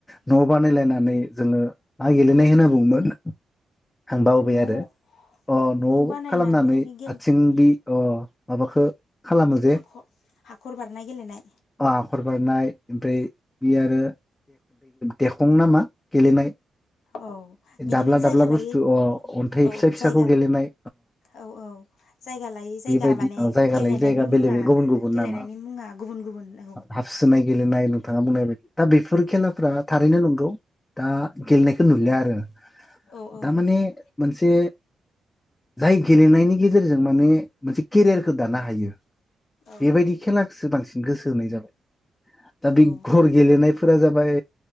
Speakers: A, on the left (about 25°); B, on the left (about 75°).
A: न' बानायलायनानै जोङो आइ गेलेनाय होनना बुंङोमोन आं बावबाय
B: न'
A: आरो अ न'आव
B: न' बानायनानै
A: खालामनानै
B: गेल
A: आथिंनि माबाखौ खालामो जे
B: हाखर हाखर बारनाय गेलेनाय
A: हाखर बारनाय ओमफ्राय बे आरो देख' ना मा गेलेनाय
B: औ बिदिनो
A: दाब्ला
B: जायगा
A: दाब्ला बुस्थु
B: लायै
A: अन्थाइ
B: औ
A: फिसा फिसाखौ
B: जायगा
A: गेलेनाय
B: औ औ जायगा लायै जायगा
A: बेबायदि
B: माने
A: जायगा
B: गेलेनायनि
A: लायै जायगा
B: मुङा
A: बेले बे गुबुन गुबुन
B: गेलेनायनि
A: नामा
B: मुङा गुबुन गुबुन औ
A: हाबसोनाय गेलेनाय नोंथाङा बुंनाय बायदि दा बे फोर खेलाफ्रा थारैनो नंगौ दा गेलेनायखौ नुलिया
B: औ
A: आरो
B: औ औ
A: दा
B: नुलिया
A: माने मोनसे जाय गेलेनायनि गेजेरजों माने मोनसे केरियारखौ दानो हायो।
B: औ
A: बेबायदि खेलाखौसो बांसिन गोसो होनाय जाबाय दा बे
B: औ
A: घर गेलेनायफोर जाबाय